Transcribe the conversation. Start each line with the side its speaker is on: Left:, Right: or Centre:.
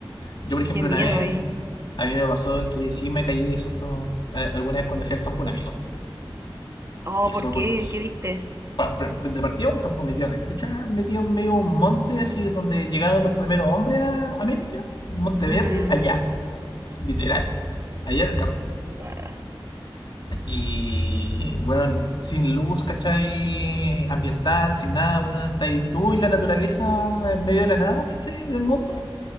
Left: Yo, por ejemplo,
Right: qué miedo
Left: una vez,
Right: ahí.
Left: a mí me pasó que sí me caí de susto eh, alguna vez cuando fui al campo un amigo.
Right: Oh,
Left: Y fue
Right: ¿por qué?
Left: porque,
Right: ¿Qué viste?
Left: pa- pre- de partida un campo metido a la chucha, metido en medio de un monte, así donde llegaron los primeros hombres a América, Monte Verde,
Right: Mm,
Left: allá, literal, allá en el carrete.
Right: ah,
Left: Y, bueno, sin luz, ¿cachai? Ambiental, sin nada, bueno, está ahí tú y la naturaleza en medio de la nada, ¿cachai? Del mundo.